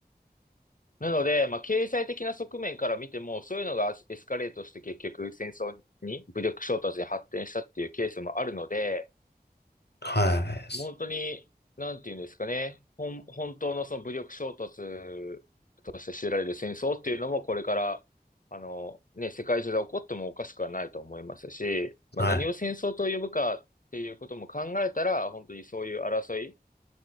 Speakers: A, on the left; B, on the left.
A: なので、まあ経済的な側面から見ても、そういうのがエスカレートして結局戦争に、武力衝突に発展したっていうケースもあるので、
B: はい。
A: 本当に、なんていうんですかね。本、本当のその武力衝突として知られる戦争っていうのもこれから、あの、ね、世界中で起こってもおかしくはないと思いますし、まあ何を戦争と呼ぶかっていうことも考えたら、
B: はい。
A: 本当にそういう争い、